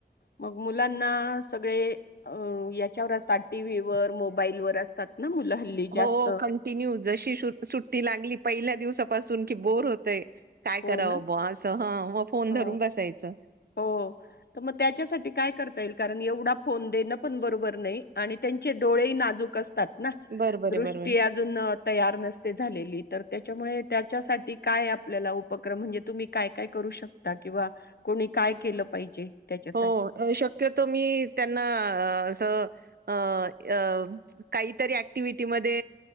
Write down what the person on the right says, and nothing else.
हो कंटिन्यू जशी शु सुट्टी लागली पहिल्या दिवसापासून की बोर होतय. काय
करावं
ब असं ह मग फोन
धरून बसायचं
बरोबर
आहे बरोबर
हो अ शक्यतो मी त्यांना अ असं अ अ काहीतरी ऍक्टिव्हटीमध्ये